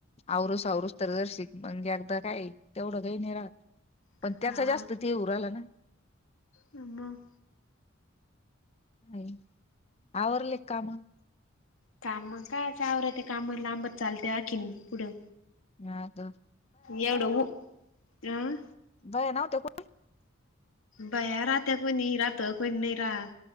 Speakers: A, on the left (about 30°); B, on the left (about 85°).
A: आवरुस आवरुस तर जर शिक म्हणजे एकदा काय तेवढं घाई नाही राहत पण
B: हा
A: त्याचा जास्त ते उराला ना
B: मग
A: हा आवरले कामं?
B: कामं काय आता आवरायचं ते कामं लांबच चालत्या आणखीन पुढं
A: ना द
B: एवढं ऊ अं
A: बाया नव्हत्या कुट
B: बया राहत्यात कोणी राहात कोणी नाही राहात